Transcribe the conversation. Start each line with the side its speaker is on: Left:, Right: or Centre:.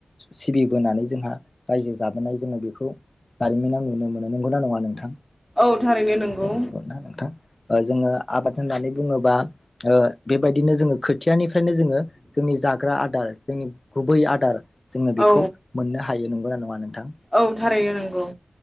Left: सिबिबोनानै जोंहा रायजो जाबोनाय जोङो बेखौ जारिमिनाव नुनो मोनो नंगौना नङा नोंथां?
Centre: औ थारैनो नोंगौ
Left: औ नंगौना नोंथां जोङो आबाद होन होननानै बुङोबा ओ बेबायदिनो जोङो खोथियानिफ्रायनो जोङो जोंनि जाग्रा आदार जोंनि गुबै आदार जोङो बेखौ
Centre: औ
Left: मोननो हायो नंगौना नङा नों
Centre: औ थारैनो नंगौ